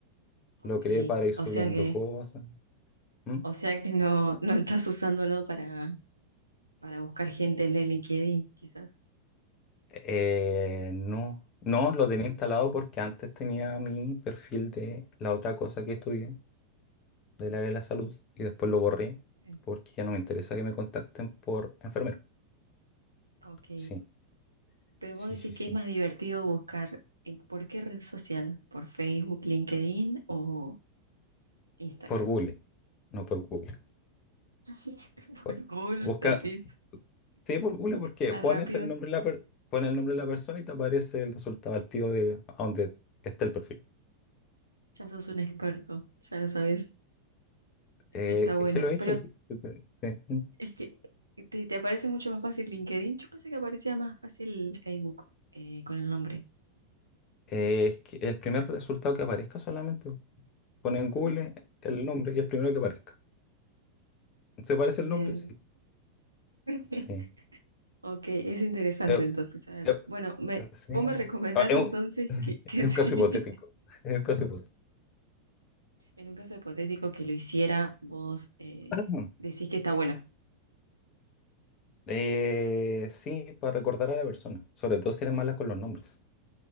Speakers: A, on the right; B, on the left.
A: Ok,
B: Lo creé para ir subiendo
A: o sea que,
B: cosas. ¿Mm?
A: o sea que no, no estás usándolo para, para buscar gente en el LinkedIn, quizás.
B: Eh, no, no lo tenía instalado porque antes tenía mi perfil de la otra cosa que estudié, del área de la salud, y después lo borré
A: Sí.
B: porque ya no me interesa que me contacten por enfermero.
A: Ok.
B: Sí.
A: Pero
B: Sí,
A: vos decís
B: sí, sí.
A: que es más divertido buscar en- por qué red social, por Facebook, LinkedIn o Instagram.
B: Por Google, no por Google.
A: <laughs> Por
B: Bu-
A: Google,
B: Busca,
A: decís
B: sí, por Google porque
A: más
B: pones
A: rápido.
B: el nombre de la per- pone el nombre de la persona y te aparece el resultado al tío de a donde está el perfil.
A: Ya sos un experto, ya lo sabés,
B: Eh,
A: está bueno.
B: es que lo he hecho.
A: Pero
B: sí, sí, sí.
A: es que eh, te, te aparece mucho más fácil LinkedIn. Yo pensé que aparecía más fácil Facebook eh, con el nombre.
B: Eh, es que el primer resultado que aparezca solamente pone en Google
A: Mm,
B: el nombre y el primero que aparezca. ¿Se parece
A: Bien.
B: el nombre? Sí.
A: <laughs>
B: Sí.
A: Ok, es interesante
B: Eh,
A: entonces. A ver.
B: eh,
A: Bueno, me,
B: sí.
A: vos me recomendás
B: Ah, es
A: entonces
B: un, <laughs>
A: que, que
B: es
A: <laughs> sí.
B: un caso hipotético. Es un caso
A: En un caso hipotético que lo hiciera, vos eh,
B: hipotético.
A: decís que está bueno.
B: Eh, sí, para recordar a la persona, sobre todo si eres mala con los nombres.